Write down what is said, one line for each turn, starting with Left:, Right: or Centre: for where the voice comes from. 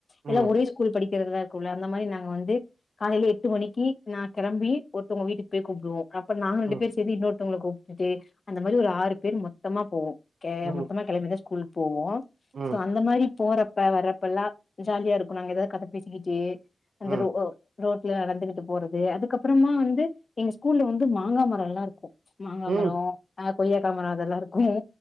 Right: ம்
Left: எல்லாம் ஒரே ஸ்கூல் படி இரு அந்த மாதிரி நாங்க வந்து காலையில எட்டு மணிக்கு நான் கிளம்பி ஒருத்தவங்க வீட்டுக்கு போய் கும்பிடுவோம் நாங்க ரெண்டு
Right: ம்
Left: பேர் சேந்து இன்னொரு தங்களுக்கு அந்த மாதிரி ஒரு ஆறு பேர் மொத்தமா போவோம் க
Right: ம்
Left: மொத்தமா கிழமைிேஸ்கூல் போவோம்
Right: ம்
Left: சோ
Right: ம்
Left: அந்த மாதிரி போற அப்ப வர்றப்ப எல்லாம் ஜாலியா இருக்கும் நாங்க ஏதாவது கதை பேசிக்கிட்டே அந்த
Right: ம்
Left: ரூ ஹா ரோட்ல நடந்துகிட்டு போறது அதுக்கப்பறமா வந்து எங்க ஸ்கூல்ல வந்து மாங்கா மரமெல்லா இருக்கு மாங்காமரோ
Right: ம்
Left: ஆப் கொய்யாக்காமர அதெல்லாம் இருக்கும்